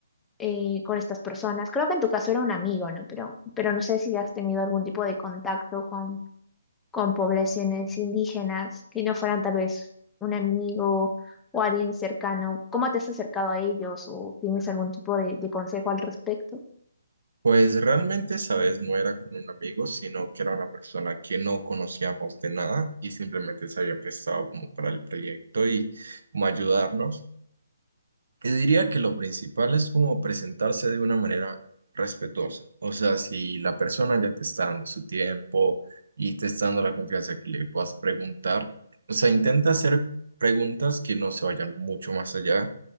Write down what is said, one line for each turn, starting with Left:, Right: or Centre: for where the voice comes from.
Centre: eh, con estas personas. Creo que en tu caso era un amigo, ¿no? Pero, pero no sé si has tenido algún tipo de contacto con, con poblaciones indígenas que no fueran tal vez un amigo o alguien cercano. ¿Cómo te has acercado a ellos o tienes algún tipo de, de consejo al respecto?
Right: Pues realmente, esa vez no era con un amigo, sino que era una persona que no conocíamos de nada y simplemente se había prestado como para el proyecto y como ayudarnos. Y diría que lo principal es como presentarse de una manera respetuosa. O sea, si la persona ya te está dando su tiempo y te está dando la confianza que le puedas preguntar, o sea, intenta hacer preguntas que no se vayan mucho más allá